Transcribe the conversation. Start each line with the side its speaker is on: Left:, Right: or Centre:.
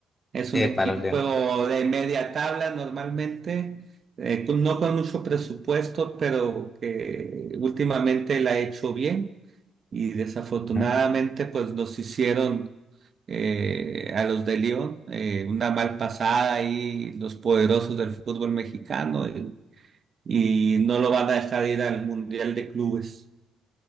Right: Es
Left: Eh,
Right: un equipo
Left: para los Leones.
Right: de media tabla normalmente, eh, con- no con mucho presupuesto, pero que últimamente la ha hecho bien y desafortunadamente
Left: Ujú.
Right: pues nos hicieron eh, a los de León eh, una mal pasada ahí, los poderosos del fútbol mexicano. y no lo van a dejar ir al Mundial de Clubes,